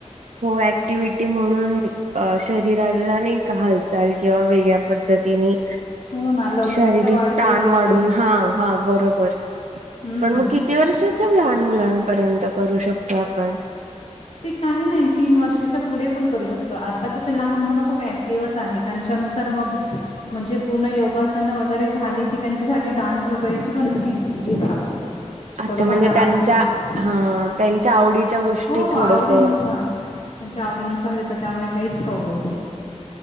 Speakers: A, on the right; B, on the left.
A: हो ऍक्टिव्हटी म्हणून, अ शरीराला नाही का हालचाल किंवा वेगळ्या पद्धतीनी,
B: हो ना लवचिकता
A: शारीरिक
B: वाढते
A: ताण
B: तेवढीच
A: वाढून हा, हा बरोबर.
B: हम्म
A: पण मग किती वर्षाच्या लहान मुलांपर्यंत करू शकतो आपण?
B: ते काही नाही, तीन वर्षाच्या पुढे पण करू शकतो आता कसं लहान मुलं खूप ऍक्टिव्हच आहेत. त्यांच्यानुसार मग, म्हणजे पूर्ण योगासनं वगैरे झाले की, त्यांच्यासाठी डान्स वगैरेची पण हे घेतात. <inaudible>
A: अच्छा म्हणजे
B: डान्सिंग
A: त्यांच्या
B: होत्या
A: हां त्यांच्या आवडीच्या गोष्टी
B: हो
A: थोडस
B: आवडी नुसार सार त्यांच्या आवडीनुसार घेतात त्यामुळे काहीच प्रॉब्लेम नाही.